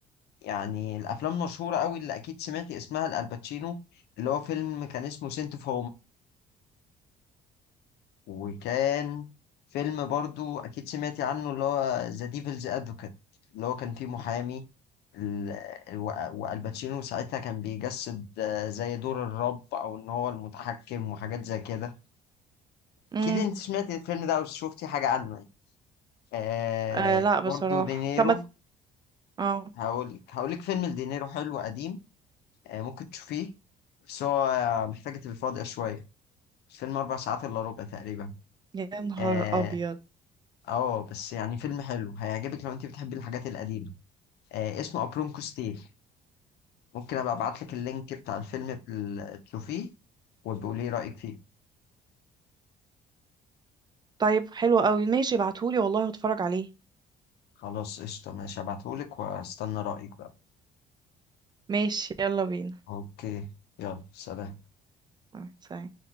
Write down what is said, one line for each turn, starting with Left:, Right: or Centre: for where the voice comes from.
Left: يعني الأفلام مشهورة قوي اللي أكيد سمعت اسمها الألباتشينو اللي هو فيلم كان اسمه سنت اوف وكان فيلم برضو أكيد سمعتي عنه اللي هو ذا ديفلز أدفوكات اللي هو كان فيه محامي ال- و- والباتشينو ساعتها كان بيجسد آه، زي دور الرب أو إن هو المتحكم وحاجات زي كده
Right: امم
Left: أكيد أنت سمعتي الفيلم ده أو شفتي حاجة عنه يعني. آه
Right: آه لا بصراحه
Left: برضو دينيرو
Right: طب ما ت- اه
Left: هقولك هقولك فيلم لدينيرو حلو قديم آه ممكن تشوفيه بس هو محتاج تبقى فاضية شوية الفيلم أربع ساعات إلا ربع تقريبا
Right: يا نهار
Left: آه
Right: ابيض
Left: اه بس يعني فيلم حلو هيعجبك لو انت بتحبي الحاجات القديمة آه اسمه أبرونكو ستيل ممكن ابقى ابعت لك اللينك بتاع الفيلم بال- تشوفيه وتقولي لي رأيك فيه
Right: طيب حلو قوي ماشي ابعتهولي والله واتفرج عليه
Left: خلاص قشطة ماشي هبعتهولك واستنى رأيك بقى
Right: ماشي يلا بينا
Left: اوكي يلا سلام
Right: آه، سلام